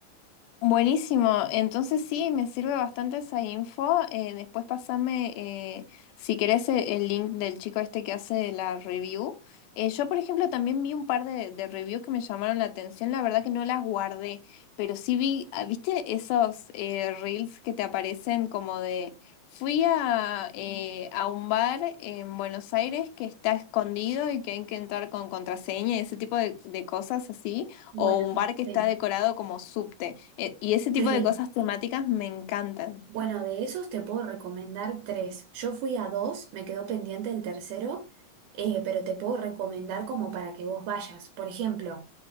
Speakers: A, on the left; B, on the right.
A: Buenísimo, entonces sí, me sirve bastante esa info. eh, después pasame, eh, si querés, e- el link del chico este que hace la review. Eh, yo, por ejemplo, también vi un par de, de reviews que me llamaron la atención. La verdad que no las guardé, pero sí vi, ah, ¿viste esos eh, reels que te aparecen como de... Fui a, eh, a un bar en Buenos Aires que está escondido y que hay que entrar con contraseña y ese tipo de, de cosas así,
B: Bueno,
A: o un bar que
B: sí.
A: está decorado como subte. E- Y ese tipo
B: <laughs> Sí.
A: de cosas temáticas me encantan.
B: Bueno, de esos te puedo recomendar tres. Yo fui a dos, me quedó pendiente el tercero, eh, pero te puedo recomendar como para que vos vayas. Por ejemplo,